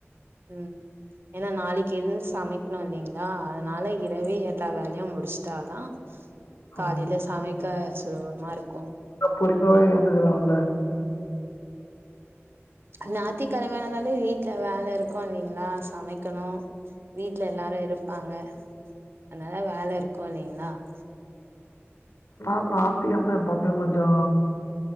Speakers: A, on the right; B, on the left.
A: ம் ஏன்னா நாளைக்கு இருந்து சமைக்கணும் இல்லைங்களா அதனால இரவே எல்லா வேலையும் முடிச்சுட்டாதான் காலையில
B: ம்
A: சமைக்க சுலபமா இருக்கும்
B: பொறுமாவே எந்துக்கலாம்ல
A: நாய்து கிழமையானாலே வீட்டுல வேலை இருக்கும் இல்லைங்களா சமைக்கணும் வீட்ல எல்லாரும் இரு வாங்க அதனால வேல இருக்கு <unintelligible>
B: நான் நாய்தி கிழமைனா எப்போமே கொஞ்சோ